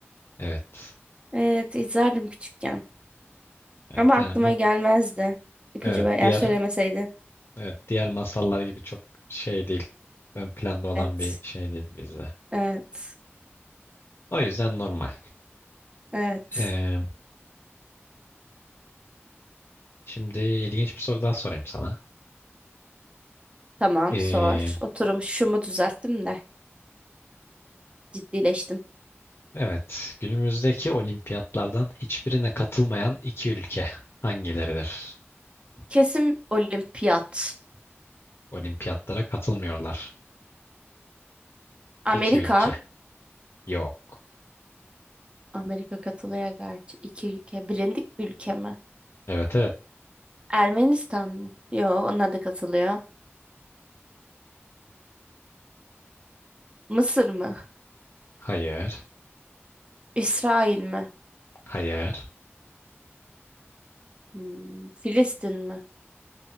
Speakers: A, on the left; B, on the right.
A: Evet.
B: Evet izlerdim küçükken.
A: Evet
B: Ama aklıma
A: yani bu
B: gelmezdi. İpucu
A: evet
B: ver, yani
A: diğer
B: söylemeseydin.
A: evet diğer masallar gibi çok şey değil. Ön planda olan
B: Evet.
A: bir şey değil bizde.
B: Evet.
A: O yüzden normal.
B: Evet.
A: E, şimdi ilginç bir soru daha sorayım sana.
B: Tamam
A: E,
B: sor. Oturum şumu düzelttim de ciddileştim.
A: Evet, günümüzdeki olimpiyatlardan hiçbirine katılmayan iki ülke hangileridir?
B: Kesim olimpiyat.
A: Olimpiyatlara katılmıyorlar.
B: Amerika.
A: İki ülke. Yok.
B: Amerika katılıyor gerçi. İki ülke. Bilindik bir ülke mi?
A: Evet evet.
B: Ermenistan mı? Yo, onlar da katılıyor. Mısır mı?
A: Hayır.
B: İsrail mi?
A: Hayır.
B: Hmm, Filistin mi?